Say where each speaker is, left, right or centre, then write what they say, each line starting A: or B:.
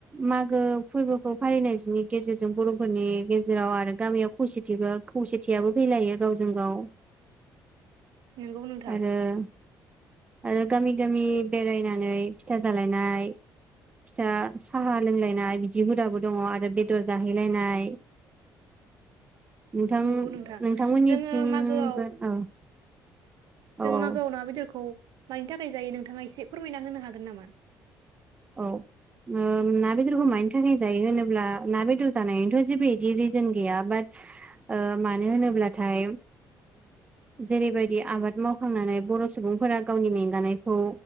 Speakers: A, on the right; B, on the right.
A: मागो फोरबोखौ फालिनायनि गेजेरजों बर'फोरनि गेजेराव आरो गामियाव खौसेथिबो खौसेथियाबो फैलायो गावजों गाव।
B: नंगौ नोंथां।
A: आरो आरो गामि गामि बेरायनानै फिथा जालायनाय फिथा साहा लोंलायनाय बिदि हुदाबो दङ आरो बेदर जाहैलायनाय। नोंथां
B: नोंगौ नोंथां
A: नोंथांमोननिथिंबो
B: जोङो मागोआव
A: औ औ
B: जों
A: औ।
B: मागोआव ना बेदरखौ मानि थाखाय जायो नोंथाङा एसे फोरमायना होनो हागोन नामा?
A: औ ना, बेदरखौ मानि थाखाय जायो होनोब्ला ना, बेदर जानायनिथ' जेबो बिदि रिजोन गैया बाट मानो होनोब्लाथाय जेरैबायदि आबाद मावखांनानै बर' सुबुंफोरा गावनि मेंगानायखौ